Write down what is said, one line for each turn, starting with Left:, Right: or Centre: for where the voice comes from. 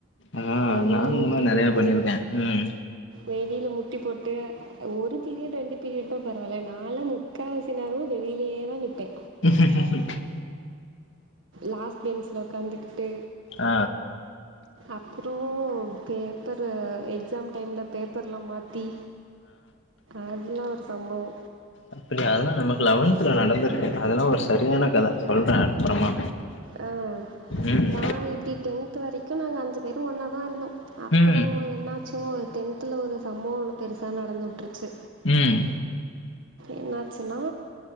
Left: ஆ
Right: வெளில
Left: நானு
Right: முட்டி
Left: இந்த மாரி நெறைய
Right: போட்டு
Left: பண்ணிருக்கே ம்
Right: வெளில முட்டி போட்டு ஒரு பீரியடு ரெண்டு பீரியடுனா பரவால்ல நாலா மு க்காவாசி நேரோ வெளிலேதா நிப்பே
Left: ம்
Right: லாஸ்ட் பென்ஸ்ல உக்காந்துகிட்டு
Left: ஆ
Right: அப்புறோ பேப்பரு எக்ஸாம் டைம்ல பேப்பர்லா மாத் தி அதுலா ஒரு சம்பவோ
Left: அப்டியா அதெல்லா நமக்கு லவன்த்துல நடந்திருக்கு அதெல்லா ஒரு சரியான கத சொல்றேன் அப்புறமா
Right: ஆ
Left: ம்
Right: நாங்க இப்டி டென்த்து வரைக்கு நாங்க அஞ்சு பேரூ ஒன்னாதா இருந்தோ அப்புறோ
Left: ம்
Right: என்னாச்சுங்க ஒரு டென்த்துல ஒரு சம்பவோ ஒன்னு பெருசா நடந்து உட்ருச்சு
Left: ம்
Right: என்னாச்சுனா